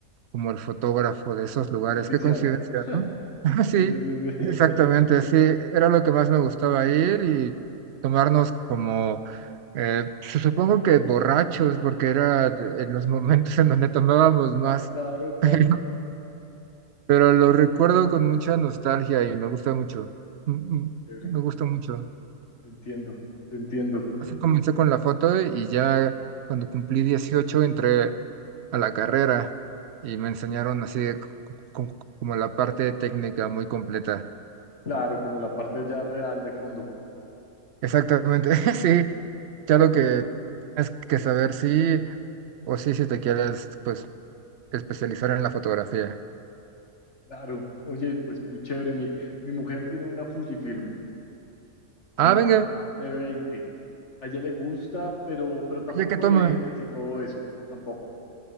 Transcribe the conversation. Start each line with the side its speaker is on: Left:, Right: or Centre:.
Right: como el fotógrafo de esos lugares.
Left: oficial?
Right: Qué coincidencia,
Left: <laughs>
Right: ¿no? <laughs> Sí,
Left: Sí, sí, sí,
Right: exactamente,
Left: sí.
Right: sí. Era lo que más me gustaba ir y tomarnos como, eh, su- supongo que borrachos, porque era de- en los momentos en donde tomábamos más.
Left: <laughs> Claro,
Right: <laughs>
Left: claro.
Right: Pero, pero lo recuerdo con mucha nostalgia y me gusta mucho. Mm, mm,
Left: Chévere.
Right: Me gusta mucho.
Left: Te entiendo, te entiendo.
Right: Así comencé con la foto y ya cuando cumplí 18 entré a la carrera y me enseñaron así de c- c- c- como la parte técnica muy completa.
Left: Claro, como la parte ya real de fondo.
Right: Exactamente, <laughs> sí. Ya lo
Left: Sí,
Right: que es que saber si o sí, si te quieres pues especializar en la fotografía.
Left: claro. Oye, pues muy chévere. Mi, mi mujer tiene una Fujifilm,
Right: Ah,
Left: una
Right: venga,
Left: t veinte. A ella le gusta, pero, pero tampoco
Right: ella que toma,
Left: de lentes y todo eso. Tampoco.